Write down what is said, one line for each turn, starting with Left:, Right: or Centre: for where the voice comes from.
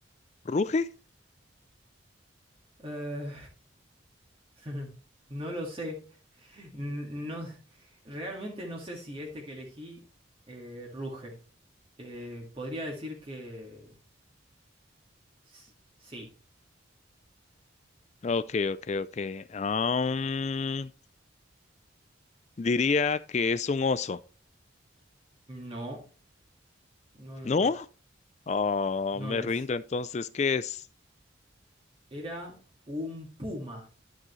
Left: ¿ruge?
Right: Eh, <laughs> no lo sé. N- No, realmente no sé si este que elegí eh, ruge. Eh, podría decir que s- sí.
Left: Ok, ok, ok. Am, diría que es un oso.
Right: No, no, no,
Left: ¿No?
Right: no.
Left: Oh,
Right: No
Left: me
Right: es.
Left: rindo entonces. ¿Qué es?
Right: Era un puma.